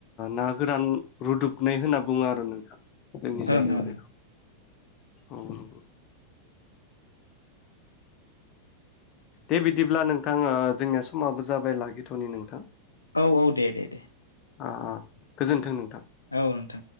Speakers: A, on the left (about 35°); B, on the left (about 75°).
A: ना गोरान रुदुबनाय होनना बुङो आरो नोंथां जोंनि जायगायाव
B: ओं ओं
A: बेखौ औ नंगौ दे बिदिब्ला नोंथां ओ जोंनिया समाबो जाबाय लागिथ'नि नोंथां
B: औ औ दे दे दे
A: आ आ गोजोन्थों नोंथां
B: औ नोंथां